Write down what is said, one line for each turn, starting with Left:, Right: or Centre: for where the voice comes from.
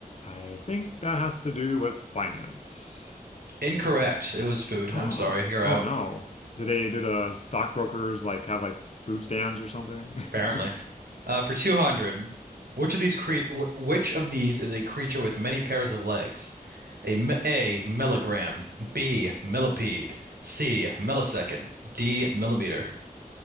Left: I think that has to do with finance.
Right: Incorrect. It was food.
Left: <gasps>
Right: I'm sorry. You're out,
Left: Oh no. Do they do the stockbrokers like have like food stands or something?
Right: apparently.
Left: <laughs>
Right: Uh, for 200, which of these cre wh which of these is a creature with many pairs of legs? A, mi- A. Milligram, B. Millipede, C. Millisecond, D. Millimeter.